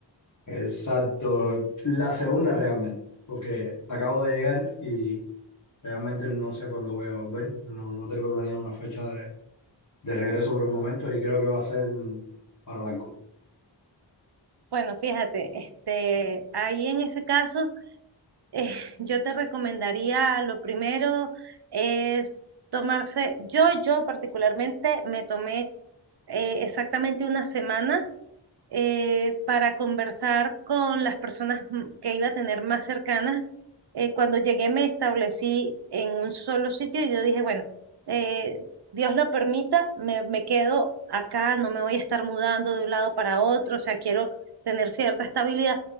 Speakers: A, on the left; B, on the right.
A: Exacto, la segunda realmente, porque acabo de llegar y realmente no sé cuándo voy a volver, no, no tengo planeado una fecha de, de regreso por el momento y creo que va a ser mm, para largo.
B: Bueno, fíjate, este, ahí en ese caso, eh, yo te recomendaría, lo primero es tomarse, yo, yo particularmente me tomé eh, exactamente una semana eh, para conversar con las personas m- que iba a tener más cercanas. Eh, cuando llegué me establecí en un solo sitio y yo dije, bueno, eh, Dios lo permita, me, me quedo acá, no me voy a estar mudando de un lado para otro, o sea, quiero tener cierta estabilidad.